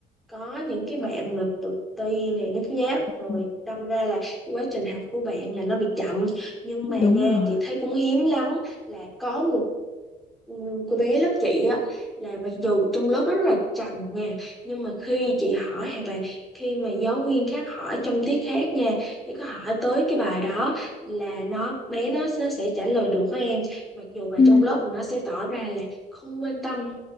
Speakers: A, in the centre; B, on the left (about 30°).
A: có những cái bạn mà tự ti này nhút nhát rồi
B: Ừ,
A: đâm ra là cái quá trình học của bạn là nó bị chậm nhưng mà
B: Đúng
A: nha
B: rồi.
A: chị thấy cũng hiếm lắm là có một ừm, cô bé lớp chị á là mặc dù trong lớp nó rất là trầm nha nhưng mà khi chị hỏi hoặc là khi mà giáo viên khác hỏi trong tiết khác nha thì có hỏi tới cái bài đó là nó bé nó sẽ, sẽ trả lời được các em mặc dù là
B: Ừ,
A: trong lớp nó sẽ tỏ ra là không quan tâm